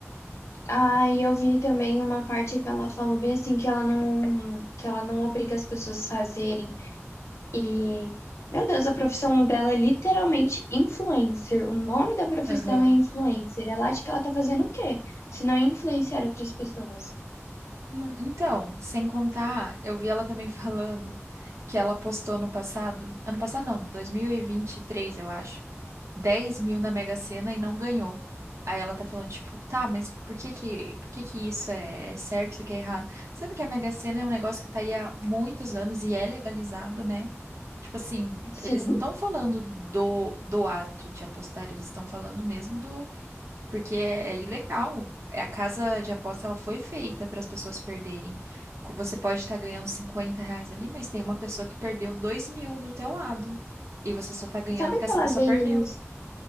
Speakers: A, on the left; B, on the right.
A: Ah, e eu vi também uma parte que ela falou bem assim que ela não que ela não obriga as pessoas a fazerem. E meu Deus, a profissão dela é literalmente influencer. O nome da profissão
B: Aham.
A: é influencer. Ela acha que ela tá fazendo o quê? Se não influenciar outras pessoas.
B: N- Então, sem contar, eu vi ela também <laughs> falando que ela postou ano passado, ano passado não, 2023, eu acho, 10 mil na Mega Sena e não ganhou. Aí ela tá falando, tipo, tá, mas por que que, por que que isso é, é certo, isso aqui é errado? Sendo que a Mega Sena é um negócio que tá aí há muitos anos e é legalizado, né? Tipo assim,
A: Sim.
B: eles não estão falando do, do ato de apostar, eles estão falando mesmo porque é, é ilegal. É, A casa de aposta ela foi feita para as pessoas perderem. Co- Você pode estar ganhando 50 reais ali, mas tem uma pessoa que perdeu 2 mil do teu lado. E você só tá ganhando
A: Sabe
B: porque
A: aquela
B: essa pessoa
A: vez,
B: perdeu.